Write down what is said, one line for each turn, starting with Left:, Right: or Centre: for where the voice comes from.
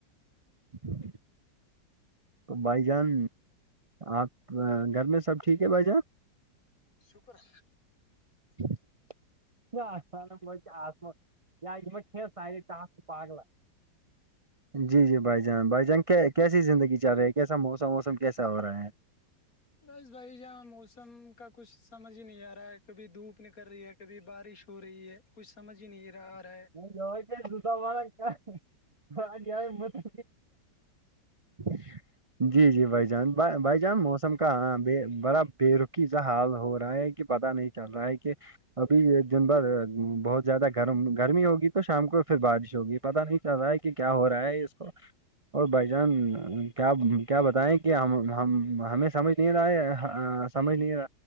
Right: ج <inaudible> تو بھائی جان آپ گھر میں سب ٹھیک ہے بھائی جان
Left: شکر <inaudible>
Right: کیا <inaudible> آ یا یہ کھی سار ٹپ پاگل <inaudible> جی جی بھائی جان بھائی جان کیسی زندگی چل رہی ہے کیسا موسم ووسم کیسا ہو رہا ہے
Left: بس بھائی جہاں موسم کا کچھ سمجھ ہی نہیں آ رہا ہے کبھی دھوپ نکل رہی ہے کبھی بارش ہو رہی ہے کچھ سمجھ ہی نہیں آا رہا ہے
Right: ج کیا زتا والارا کیا ج مت <inaudible> جی <inaudible> جی جی بھائی جان بھائی جان موسم کا بڑا بےیرقی سا حال ہو رہا ہے پتاہ نہیں چل رہا ہے کہ ابھی دن بھر بہت زیادہ گرم گرمی ہوگی تو شام کو پھر بارش ہوگی پتہ نہیں چل رہا ہے کہ کیا ہو رہا ہے اس کو اور بھائی جان کیا کیا بتائیں کہ ہم ہمیں سمجھ نہیں رہا سمج نہیںا